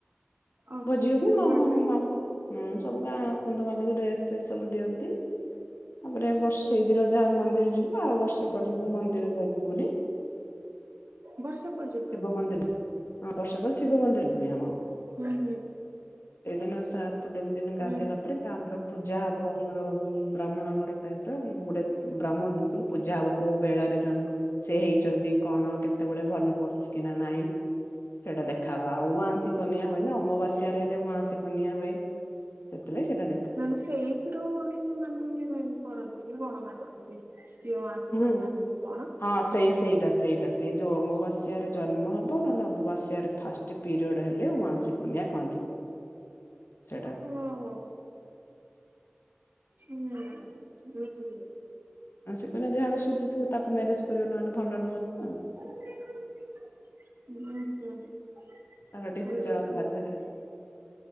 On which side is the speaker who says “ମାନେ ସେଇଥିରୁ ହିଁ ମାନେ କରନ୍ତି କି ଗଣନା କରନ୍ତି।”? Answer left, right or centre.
Right